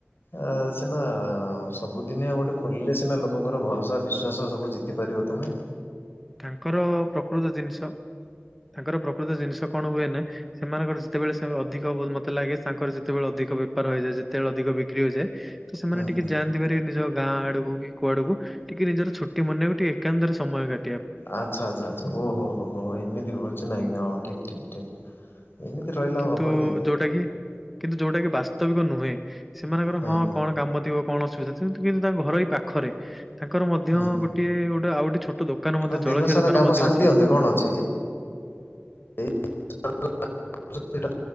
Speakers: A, on the left; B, in the centre.
A: ଆ ସିନା ସବୁଦିନିଆ ଗୋଟେ ଖୋଲିଲେ ସିନା ଲୋକଙ୍କର ଭରସା ବିଶ୍ଵାସ ସବୁ ଜି ତି ପାରିବ ତମେ
B: ତାଙ୍କର ପ୍ରକୃତ ଜିନିଷ ତାଙ୍କର ପ୍ରକୃତ ଜିନିଷ କଣ ହୁଏନା ସେମାନଙ୍କର ଯେତେବେଳେ ସେ ଅଧିକ ମତେ ଲାଗେ ତାଙ୍କର ଯେତେବେଳେ ଅଧିକ ପାର ହେଇଯାଏ ଯେତେବେଳେ ଅଧିକ ବିକ୍ରି ହୋଇଯାଏ ତ ସେମାନେ
A: ହୁଁ
B: ଟିକେ
A: ହୁଁ ହୁଁ
B: ଯାଆନ୍ତି। ଟିକେ ନିଜ ଗାଁ ଆଡକୁ କି କୁଆଡକୁ ଟିକେ ନିଜର ଛୁଟି ମନେଇବାକୁ ଟିକେ ଏକାନ୍ତରେ ସମୟ କା
A: ଆଚ୍ଛା ଆଚ୍ଛା ଆଚ୍ଛା ଓ ହୋ ହୋ ହୋ ଏମିତି କରୁଛି ନାଇକି ହଁ ଠିକ ଠିକ ଠିକ। ଏମିତି ରହିଲେ। ଆଉ
B: କିନ୍ତୁ
A: ହବ କି ଆଜ୍ଞା
B: ଯୋଉଟା କି କିନ୍ତୁ ଯୋଉଟା କି ବାସ୍ତବିକ ନୁହେଁ ସେମାନଙ୍କର
A: ହୁଁ
B: ହଁ
A: ହୁଁ
B: କଣ କାମ ଥିବ। କଣ ସୁବିଧା କିନ୍ତୁ କିନ୍ତୁ ତାଙ୍କ ଘର ଏଇ ପାଖରେ ତାଙ୍କର ମଧ୍ୟ
A: ହୁଁ
B: ଗୋଟେ ଗୋଟେ ଆଉ ଗୋଟେ ଛୋଟ ଦୋକ ଦୋକାନ ମଧ୍ୟ
A: ହଁ
B: ଚଳଖିଆ
A: ଦିନ ସାରା
B: ଦୋକାନ
A: କାମ
B: ମଧ୍ୟ
A: ସାରି
B: ଅଛି।
A: କଣ ଅଛି? ଏ <inaudible> ସେଇଟା